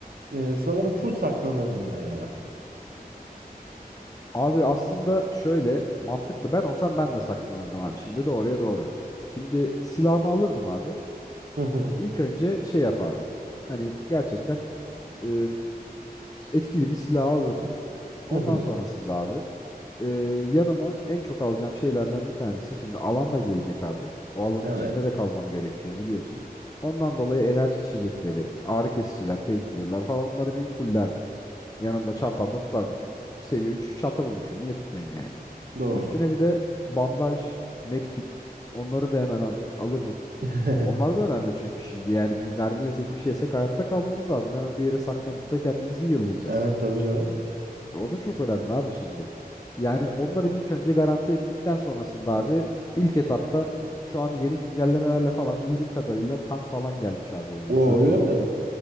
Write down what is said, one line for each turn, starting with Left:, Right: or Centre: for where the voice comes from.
Right: Ee, sanırım full saklanırdım ben ya.
Left: Abi aslında şöyle mantıklı. Ben olsam ben de saklanırdım abi. Şimdi doğruya doğru. Şimdi silahımı alırdım abi.
Right: Hı hı,
Left: İlk önce şey yapardım. Hani gerçekten e, etkili bir silah alırdım. Ondan
Right: hı hı.
Left: sonrasında abi e, yanıma en çok alacağım şeylerden bir tanesi şimdi alan da gelecek abi. O alanın
Right: Evet,
Left: içinde de kalmam gerekiyor biliyorsun. Ondan dolayı enerji içecekleri, ağrı kesiciler, painkillerler falan onları bir fullerdim. Yanımda çantamda tutardım. Çünkü seviye 3 çanta bulmuşum. Niye tutmayayım yani?
Right: doğru.
Left: Üstüne bir de bandaj, medkit onları da hemen abi alırdım.
Right: <laughs>
Left: Onlar da önemli çünkü şimdi yani bir mermi yesek bir şey yesek hayatta kalmamız lazım. Hemen bir yere saklanıp da kendimizi yıllayacağız.
Right: Evet tabii canım.
Left: O da çok önemli abi şimdi. Yani onları bir ilk önce garanti ettikten sonrasında abi ilk etapta şu an yeni güncellemelerle falan bildiğim kadarıyla tank falan gelmiş abi oyuna
Right: O
Left: zırhlı.
Right: öyle mi?